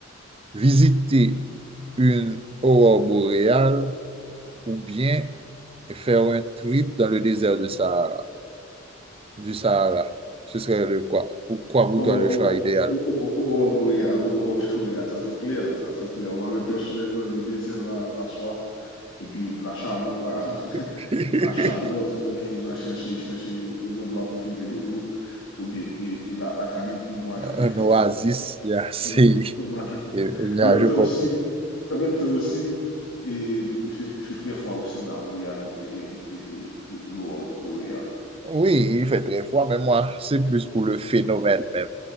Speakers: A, on the right; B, on the left.
A: visiter une aurore boréale ou bien faire un trip dans le désert de Sahara, du Sahara. Ce serait le quoi? Pourquoi pour
B: Ou
A: toi le choix idéal?
B: ob real, ou ob real, sa se kler, sa se kler. Ou anwen personelman, le dezer la, la soif, et puis la chaleur, la,
A: <laughs>
B: <laughs> la chaleur, c'est gen chose à chercher, chercher. chèche un endroit pou touve de l'eau, ou bien, et, et la, la canicule, moi,
A: Un
B: je préfère,
A: oasis,
B: vra-
A: il y a assez.
B: non, <laughs> moi, je peux.
A: Il y
B: En
A: a-
B: même
A: je
B: temps
A: comprends.
B: aussi, en même temps aussi, et, il fait, il fait très froid aussi, là, où il y a le- et- et- et- et l'eau boréale.
A: Oui, il fait très froid, mais moi, c'est plus pour le phénomène même.